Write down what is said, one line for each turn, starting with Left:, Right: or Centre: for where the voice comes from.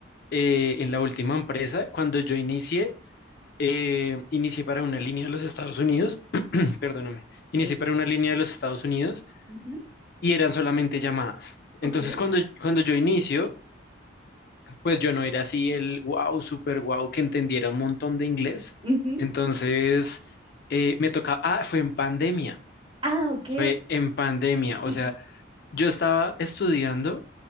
Left: eh, en la última empresa. Cuando yo inicié, eh, inicié para una línea de los Estados Unidos, <clears throat> perdóname, inicié
Right: eh,
Left: para una línea de los Estados Unidos
Right: ujú,
Left: y eran solamente llamadas. Entonces,
Right: Ok.
Left: cuando, cuando yo inicio, pues yo no era así el wow, super wow, que entendiera un montón de inglés.
Right: ujú.
Left: Entonces, eh, me tocaba, ah, fue en pandemia,
Right: Ah, ok.
Left: fue en pandemia, o
Right: <laughs>
Left: sea, yo estaba estudiando